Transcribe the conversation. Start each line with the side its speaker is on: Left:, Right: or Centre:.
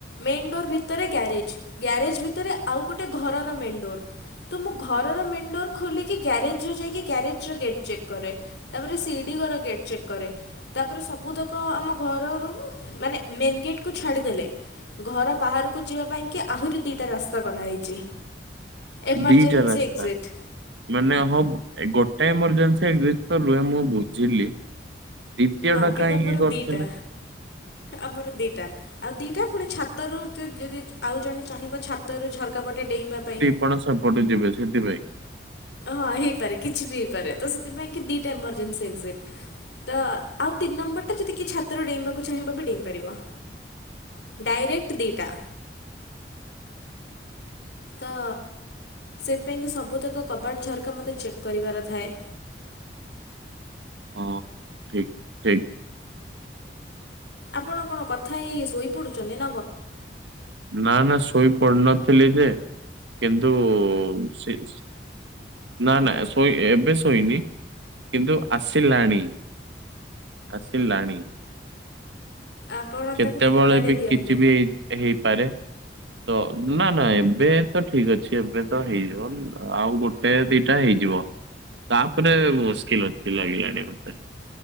Left: ମେନ୍ ଡୋର୍ ଭିତରେ ଗ୍ୟାରେଜ୍, ଗ୍ୟାରେଜ ଭିତରେ ଆଉ ଗୋଟେ ଘରର ମେନ୍ ଡୋର୍। ତୁ ମୁଁ ଘରର ମେନ୍ ଡୋର ଖୋଲିକି ଗ୍ୟାରେଜ ଜୁ ଯାଇକି ଗ୍ୟାରେଜ ର ଗେଟ୍ ଚେକ୍ କରେ, ତାପରେ ସିଡ଼ି ଘର ଗେଟ୍ ଚେକ୍ କରେ। ତାପରେ ସବୁ ତକ ଆମ ଘରରୁ ମାନେ ମେନ୍ ଗେଟ୍ କୁ ଛାଡ଼ିଦେଲେ। ଘର ବାହାରକୁ ଯିବା ପାଇଁ କି ଆହୁରି ଦିଇଟା ରାସ୍ତା କରାହେଇଛି। ଏମର୍ଜେନ୍ସୀ
Right: ଦିଟା ରାସ୍ତା।
Left: ଏକଜିଷ୍ଟ।
Right: ମାନେ ହଉ ଗୋଟେ ଏମର୍ଜେନ୍ସୀ ଏକଜିଷ୍ଟ ତ ରୁହେ ମୁଁ ବୁଝିଲି। ଦ୍ୱିତୀୟ
Left: ନା
Right: ଟା
Left: କିନ୍ତୁ
Right: କାଇଁ
Left: ଆମର
Right: ଙ୍କି କରିଥିଲେ।
Left: ଦୁଇଟା ଆମର ଦିଟା, ଆଉ ଦିଟା ପୁଣି ଛାତରୁ <unintelligible> ଯଦି ଆଉ ଜଣେ ଚାହିଁବ ଛାତରୁ ଝରକାପଟେ ଡେଇଁବା ପାଇଁ,
Right: ଆପଣ ସେପଟେ ଯିବେ ସେଥିପାଇଁ।
Left: ହଁ ହେଇପାରେ କିଛି ବି ହେଇପାରେ ତ ସେଥିପାଇଁ କି ଦିଟା ଏମର୍ଜେନ୍ସୀ ଏକଜିଷ୍ଟ। ତ ଆଉ ତିନି ନମ୍ବର ଟା ଯଦି କିଏ ଛାତରୁ ଡେଇବାକୁ ଚାହିଁବ ବି ଡେଇଁପାରିବ। ଡାଇରେକ୍ଟ ଦିଇଟା। ତ ସେଥିପାଇଁକି ସବୁତକ କବାଟ ଝରକା ମୋତେ ଚେକ୍ କରିବାର ଥାଏ।
Right: ହଁ ଠିକ୍ ଠିକ୍।
Left: ଆପଣ କଣ କଥା ହେଇ ଶୋଇପଡ଼ୁଛନ୍ତି।
Right: ନାଁ ନାଁ ଶୋଇ ପଡୁନଥିଲି ଯେ କିନ୍ତୁ ସେ ନାଁ ନାଁ ଶୋଇ ଏବେ ଶୋଇନି କିନ୍ତୁ ଆସିଲାଣି। ଆସିଲାଣି।
Left: ଆପଣ
Right: କେତେବେଳେ
Left: ତାକୁ ଫୋପାଡ଼ି
Right: ବି
Left: ଦିଅନ୍ତୁ
Right: କିଛି ବି ହେଇ ହେଇପାରେ। ତ ନାଁ ନାଁ ଏବେ ତ ଠିକ ଅଛି ଏବେ ତ ହେଇଯିବ, ଆଉ ଗୋଟେ ଏ ଦିଟା ହେଇଯିବ, ତାପରେ ମୁସ୍କିଲ ଅଛି ଲାଗିଲାଣି ମତେ।